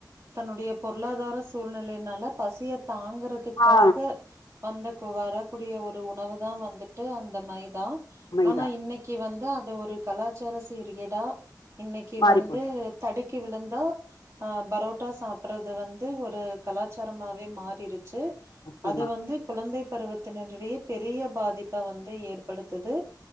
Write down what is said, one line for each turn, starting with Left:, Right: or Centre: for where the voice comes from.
Right: தன்னுடைய பொருளாதார சூழ்நிலைனால பசிய தாங்கற த்துக்காக
Left: ஆ
Right: வந்தக்கு வரக்கூடிய ஒரு உணவு தா வந்துட்டு அந்த மைதா
Left: மைதா
Right: ஆனா இன்னக்கி வந்து அது ஒரு கலாச்சார சீர்கேடா இன்னக்கி
Left: மாறி
Right: வந்து
Left: போச்சு
Right: தடுக்கி விழுந்தா ஆ பரோட்டா சாப்புறது வந்து ஒரு கலாச்சாரமாவே மாறிருச்சு
Left: நிச்சயமா
Right: அது வந்து குழந்தை பருவத்தினரிடயே பெரிய பாதிப்ப வந்து ஏற்படுத்துது